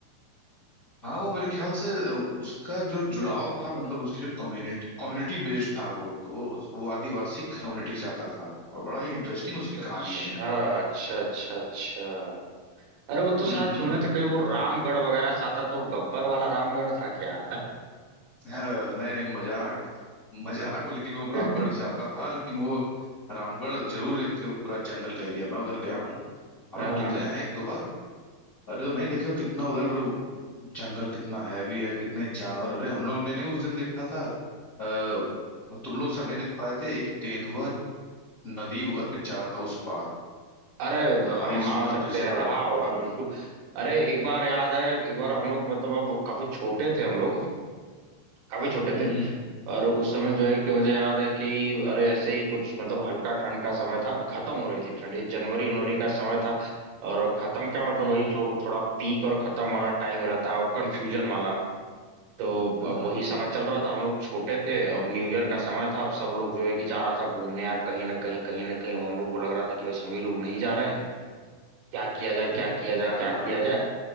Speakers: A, on the left; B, on the right.
A: हाँ वो मेरे ख्याल से अ, उसका जो जुड़ाव था मतलब उसकी जो कम्युनिटी कम्युनिटी बेस्ड था वो तो वो उस- वो आदिवासी कम्युनिटी से आता था और बड़ा ही इंटरेस्टिंग उसकी
B: अच्छा
A: कहानी है
B: अच्छा अच्छा अच्छा अरे वो
A: हम्म
B: तो शायद
A: हम्म
B: सुने थे कहीं वो रामगढ़ वगैरह से आता था वो गब्बर वाला रामगढ़ था क्या
A: <laughs> अ, नहीं नहीं मजाक मजाक लेकिन वो रामगढ़
B: हाँ
A: से आता था लेकिन वो रामगढ़ जरूर एक पूरा जंगल का एरिया मैं उधर गया हूँ हम
B: हाँ
A: लोग तो गए हैं एक दो बार अरे तो नहीं देखे हो कितना उधर जंगल कितना हैवी है कितने जानवर अरे हम लोग ने नहीं उस दिन देखा था अ, तुम लोग साथ नहीं देख पाए थे एक तेंदुआ नदी वो करके जा रहा था उस पार
B: अरे
A: बड़ा
B: हम
A: ही सुंदर
B: मान सकते
A: अच्छा दृश्य
B: हैं
A: था
B: रहा
A: वो
B: होगा
A: अच्छा
B: बिल्कुल अरे एक बार याद है एक बार हम लोग मतलब अब काफी छोटे थे हम लोग काफी छोटे
A: हम्म
B: थे और उस समय जो है कि मुझे याद है कि अरे ऐसे ही कुछ मतलब हल्का ठंड का समय था खत्म हो रही थी ठंडी जनवरी उनवरी का समय था और खत्म क्या मतलब
A: हम्म
B: वही
A: हम्म
B: जो थोड़ा पीक और खत्म वाला टाइम रहता है कंफ्यूजन वाला तो
A: हम्म
B: अब वही समय चल रहा था हम लोग छोटे थे अब न्यू ईयर का समय था अब सब लोग जो है कि जा रहा था घूमने यार कहीं ना कहीं कहीं ना कहीं हम लोग को लग रहा था कि बस हम ही लोग नहीं जा रहे हैं क्या किया जाए क्या
A: हम्म,
B: किया जाए
A: हाँ
B: क्या
A: हाँ
B: किया जाए